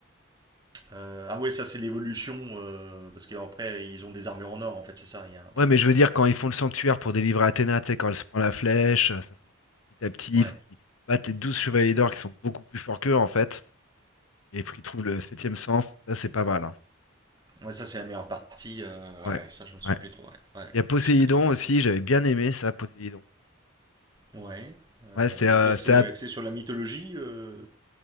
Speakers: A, on the right; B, on the left.
A: Euh, ah ouais, ça c'est l'évolution, euh, parce qu'après ils ont des armures en or en fait, c'est ça, il y a un truc.
B: Ouais, mais je veux dire, quand ils font le sanctuaire pour délivrer Athéna, tu sais, quand elle se prend la flèche, euh, ça s'enfonce petit à petit.
A: euh, Ouais.
B: Il faut qu'ils battent les 12 Chevaliers d'Or qui sont beaucoup plus forts qu'eux, en fait. Et il faut qu'ils trouvent le septième sens. Ça, c'est pas mal. hein.
A: Ouais, ça c'est la meilleure partie. euh,
B: Ouais.
A: ouais, ça je me souviens
B: Ouais.
A: plus trop. Ouais, ouais, ouais,
B: Il y a Poséidon
A: j'ai pas tout vu.
B: aussi, j'avais bien aimé ça, Poséidon.
A: Ouais. Euh,
B: Ouais, c'était
A: donc
B: euh,
A: là, c'est
B: c'était ap-
A: axé sur la mythologie. euh,